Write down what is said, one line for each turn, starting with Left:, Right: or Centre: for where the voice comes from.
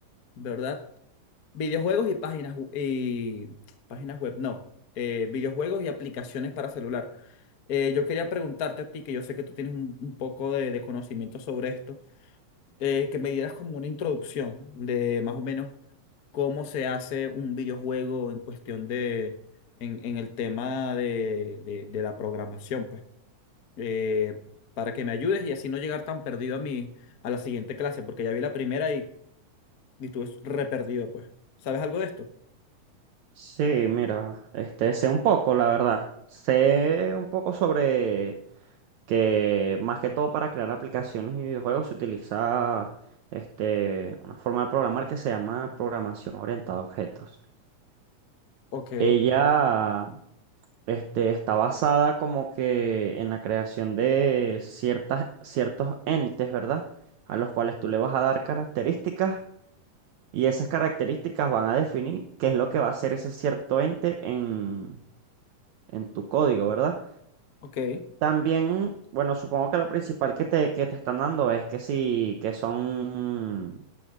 Left: ¿verdad? Videojuegos y páginas, w- y páginas web, no. Eh, videojuegos y aplicaciones para celular. Eh, yo quería preguntarte a ti, que yo sé que tú tienes un, un poco de, de conocimiento sobre esto, eh, que me dieras como una introducción de más o menos cómo se hace un videojuego en cuestión de, en, en el tema de, de- de la programación, pues, Eh, para que me ayudes y así no llegar tan perdido a mi, a la siguiente clase, porque ya vi la primera y, y estuve re perdido, pues. ¿Sabes algo de esto?
Right: Sí, mira, este sé un poco, la verdad. Sé un poco sobre que más que todo para crear aplicaciones y videojuegos se utiliza este una forma de programar que se llama programación orientada a objetos.
Left: Ok,
Right: Ella este está basada como que en la creación de ciertas ciertos entes, ¿verdad? A los cuales tú le vas a dar características Y esas características van a definir qué es lo que va a hacer ese cierto ente en, en tu código, ¿verdad?
Left: ok.
Right: También, bueno, supongo que lo principal que te, que te están dando es que sí, que son,